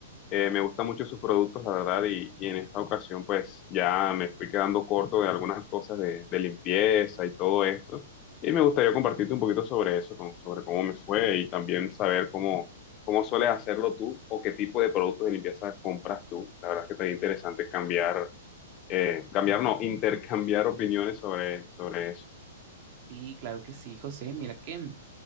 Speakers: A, on the left; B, on the right.
A: Eh, me gustan mucho sus productos, la verdad, y, y en esta ocasión pues ya me fui quedando corto de algunas cosas de, de limpieza y todo esto. Y me gustaría compartirte un poquito sobre eso, con- sobre cómo me fue y también saber cómo, cómo sueles hacerlo tú o qué tipo de productos de limpieza compras tú. La verdad que está interesante cambiar eh, cambiar, no, intercambiar opiniones sobre, sobre eso.
B: Sí, claro que sí, José. Mira que